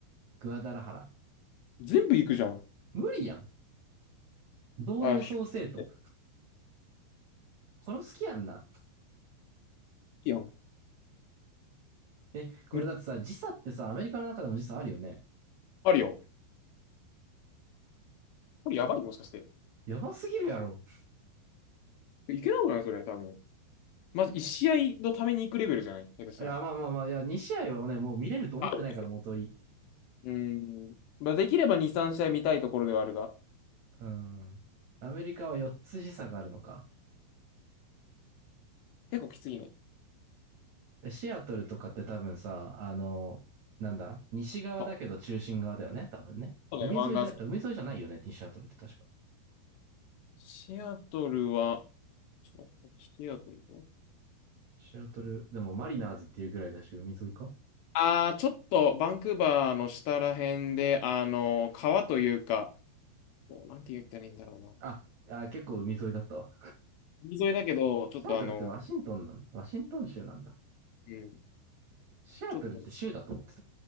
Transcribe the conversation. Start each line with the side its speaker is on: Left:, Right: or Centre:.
Right: グアダラハラ。
Left: 全部行くじゃん。
Right: 無理やん。どう予想せえと。
Left: あ、ひえい
Right: 殺す気やんな。
Left: いやん。
Right: え、これだってさ、
Left: 無理。
Right: 時差ってさ、アメリカの中でも時差あるよね。
Left: あるよ。これやばい、もしかして。
Right: やばすぎるやろ。
Left: いけなくないそれ、多分。まず1試合のために行くレベルじゃない下手したら。
Right: いや、まあまあまあ、いや、2試合はね、もう見れると思ってないから、
Left: あ
Right: もうとい
Left: うーん。まあ、できれば2、3試合見たいところではあるが、
Right: うん。アメリカは四つ時差があるのか。
Left: 結構きついね。
Right: シアトルとかって多分さ、あの、なんだ、西側だけど中心側だよね、
Left: あ
Right: 多分ね。
Left: そうだよ、
Right: 海沿いだ、
Left: 湾岸。
Right: 海沿いじゃないよね、シアトルって確か。
Left: シアトルは、ちょっと待ってシアトルでしょ
Right: シアトル、でもマリナーズっていうぐらいだし、海沿いか
Left: ああー、ちょっと、バンクーバーの下ら辺で、あの、川というか、こうなんて言ったらいいんだろうな。
Right: あ、あ、結構海沿いだったわ。
Left: 海沿いだけど、ちょっとあの、
Right: シアトルってワシントンなん、ワシントン州なんだ。
Left: うん、
Right: シアトルって州だと思ってた。
Left: ちょっと、